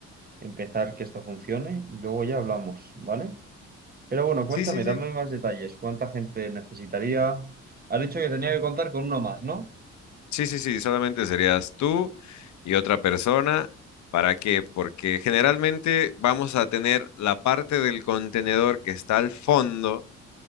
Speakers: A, on the right; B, on the left.
A: empezar que esto funcione y luego ya hablamos, ¿vale? Pero bueno, cuéntame,
B: Sí, sí, sí.
A: dame más detalles, ¿cuánta gente necesitaría? Has dicho que tenía que contar con uno más, ¿no?
B: Sí, sí, sí. Solamente serías tú y otra persona. ¿Para qué? Porque generalmente vamos a tener la parte del contenedor que está al fondo,